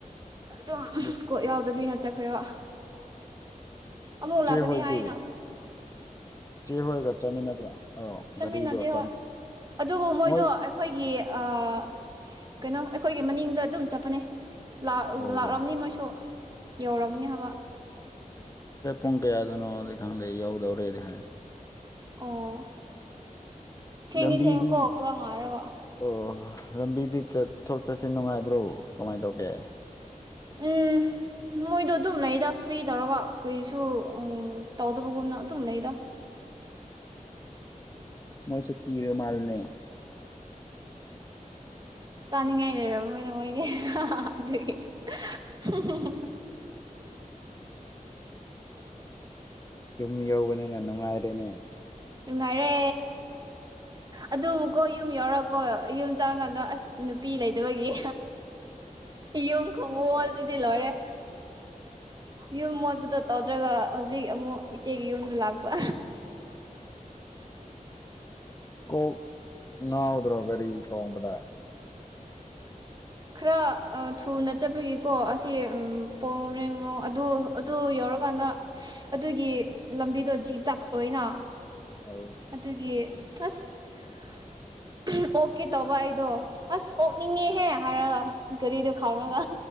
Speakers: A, on the right (about 30°); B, on the left (about 25°).
A: ꯑꯗꯨꯝ ꯑꯦꯁꯣꯔꯠ꯭
B: ꯑꯗꯨ
A: ꯌꯥꯎꯗꯕꯤ ꯆꯠꯈ꯭ꯔꯦꯕ ꯑꯃꯨꯛ
B: ꯆꯦ
A: ꯂꯥꯛꯀꯅꯤ
B: ꯍꯣꯏꯗꯤ
A: ꯍꯥꯏꯅ
B: ꯏꯆꯦ ꯍꯣꯏꯒ ꯆꯠꯃꯤꯟꯅꯕ꯭ꯔꯥ ꯑꯣ
A: ꯆꯠꯃꯤꯟꯅꯗꯦꯕ
B: ꯒꯥꯔꯤꯗꯣ ꯆꯝ
A: ꯑꯗꯨꯕꯨ ꯃꯣꯏꯗꯣ
B: ꯃꯣꯏ
A: ꯑꯩꯈꯣꯏꯒꯤ ꯑꯥ ꯀꯩꯅꯣ ꯑꯩꯈꯣꯏꯒꯤ ꯃꯅꯤꯡꯗ ꯑꯗꯨꯝ ꯆꯠꯄꯅꯦ ꯂꯥꯛ
B: ꯑꯣ
A: ꯂꯥꯛꯔꯝꯅꯤ ꯃꯣꯏꯁꯨ ꯌꯧꯔꯝꯅꯤ ꯍꯥꯏꯕ
B: ꯁꯦ ꯄꯨꯡ ꯀꯌꯥꯗꯅꯣꯗꯤ ꯈꯪꯗꯦ ꯌꯧꯗꯧꯔꯦꯗꯤ ꯍꯥꯏ
A: ꯑꯣ ꯊꯦꯡꯗꯤ
B: ꯂꯝꯕꯤꯗꯤ
A: ꯊꯦꯡꯉꯦꯀꯣ ꯈꯔ ꯉꯥꯏꯔꯒ
B: ꯑꯣ ꯂꯝꯕꯤꯗꯤ ꯆꯠꯊꯣꯛ ꯆꯠꯁꯤꯟ ꯅꯨꯡꯉꯥꯏꯕ꯭ꯔꯣ ꯀꯃꯥꯏ ꯇꯧꯒꯦ
A: ꯎꯝ ꯃꯣꯏꯗꯣ ꯑꯗꯨꯝ ꯂꯩꯗ ꯐ꯭ꯔꯤ ꯇꯧꯔꯒ ꯀꯩꯁꯨ ꯑꯝ ꯇꯧꯗꯕꯒꯨꯝꯅ ꯑꯗꯨꯝ ꯂꯩꯗ
B: ꯃꯣꯏꯁꯨ ꯀꯤꯔꯃꯥꯜꯂꯦꯅꯦ
A: ꯆꯥꯅꯤꯡꯉꯥꯏ ꯂꯩꯔꯝꯃꯣꯢꯗ ꯃꯣꯏꯗꯤ <unintelligible>
B: ꯌꯨꯝ ꯌꯧꯕꯅꯤꯅ ꯅꯨꯡꯉꯥꯏꯔꯦꯅꯦ
A: ꯅꯨꯡꯉꯥꯏꯔꯦ ꯑꯗꯨꯕꯨꯀꯣ ꯌꯨꯝ ꯌꯥꯎꯔꯒꯀꯣ ꯌꯨꯝ ꯆꯪꯉꯀꯥꯟꯗ ꯑꯁ ꯅꯨꯄꯤ ꯂꯩꯇꯕꯒꯤ ꯌꯨꯝ ꯈꯨꯃꯣꯖꯤ ꯗꯤ ꯂꯣꯏꯔꯦ ꯌꯨꯝ ꯃꯣꯠꯄꯗꯣ ꯇꯧꯗ꯭ꯔꯒ ꯍꯧꯖꯤꯛ ꯑꯃꯨꯛ ꯏꯆꯦꯒꯤ ꯌꯨꯝꯗꯨ ꯂꯥꯛꯄ꯫
B: <inaudible> ꯀꯣꯛ ꯉꯥꯎ ꯇ꯭꯭ꯔꯣ ꯒꯔꯤ ꯊꯣꯡꯕꯗ
A: ꯈꯔ ꯑꯥ ꯊꯨꯅ ꯆꯠꯄꯒꯤꯀꯣ ꯑꯁꯤ ꯎꯝ ꯄꯣꯡꯔꯦꯡꯂꯣꯡ ꯑꯗꯨ ꯑꯗꯨ ꯌꯧꯔꯀꯥꯟꯗ ꯑꯗꯨꯒꯤ ꯂꯝꯕꯤꯗꯣ ꯖꯤꯛ ꯖꯥꯛ ꯑꯣꯏꯌꯦꯅ
B: ꯑꯧ
A: ꯑꯗꯨꯒꯤ ꯑꯁ ꯑꯣꯛꯀꯦ ꯇꯧꯕ ꯑꯩꯗꯣ ꯑꯁ ꯑꯣꯛꯅꯤꯡꯉꯦꯍꯦ ꯍꯥꯏꯔꯒ ꯀꯔꯤꯗ ꯈꯥꯝꯔꯒ